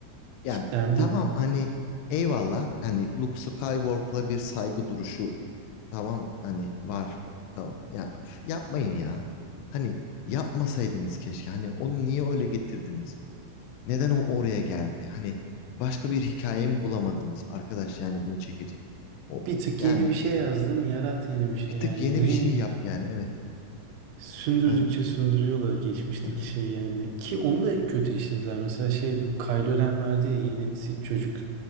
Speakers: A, on the left; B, on the right.
A: Yani
B: Kitlendi.
A: tamam hani eyvallah hani Luke Skywalker'la bir saygı duruşu tamam hani var E, tamam ya üf, yapmayın ya. Hani yapmasaydınız keşke. Hani onu niye öyle getirdiniz? Neden o oraya geldi? Hani başka bir hikaye mi bulamadınız arkadaş yani bunu çekecek. O
B: Bir tık
A: yani
B: yeni bir şey yazdım. Yarat yeni bir şey
A: bir
B: yani.
A: tık yeni
B: Niye
A: bir şey yap yani evet.
B: sündürdükçe
A: Aynen.
B: sündürüyorlar geçmişteki
A: Hı hı.
B: şeyi yani. Ki onu da kötü işlediler. Mesela şey bu Kylo Ren vardı ya yeni Sith çocuk.